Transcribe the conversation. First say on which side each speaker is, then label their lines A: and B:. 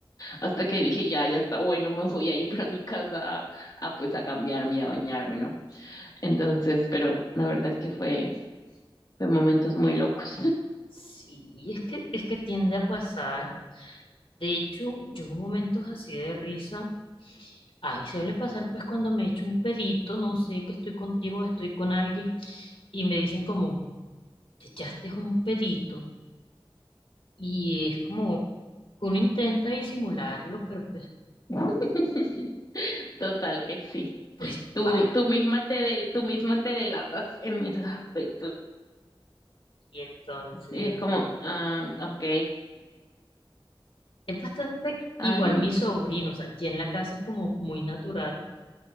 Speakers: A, on the left; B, on the left.
A: Hasta que dije, ya, ya está bueno, me voy a ir para mi casa a, a, pues a cambiarme y a bañarme, ¿no? Entonces, pero la verdad es que fue, fue momentos muy locos.
B: Sí, es que, es que tiende a pasar. De hecho, yo en momentos así de risa, ay, suele pasar pues cuando me echo un pedito, no sé que estoy contigo, estoy con alguien, y me dicen como, te echaste un pedito, y es como, uno intenta disimularlo, pero pues,
A: <laughs> Total que sí.
B: pues,
A: Tú,
B: bye.
A: tú misma te del, tú misma te delatas en esos aspectos.
B: Y entonces
A: Y es como, ah, ok,
B: Es bastante
A: ay,
B: igual
A: no,
B: mi sobrino, o sea, ya en la casa es como muy natural